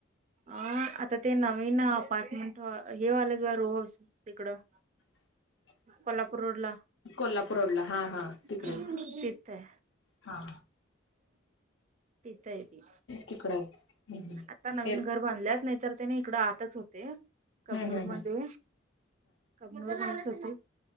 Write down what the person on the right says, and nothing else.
अ आता ते नवीन अपार्टमेंट हे व्हालत बघा रोहज तिकडं
कोल्हापूर रोड ला,
तिथं आहे
तिथ हाय ते
आता नवीन
घर बांधल्यात नाही, तर तेनी इकड आठच होते कबनूर
मध्ये कबनूर, तोतय <unintelligible>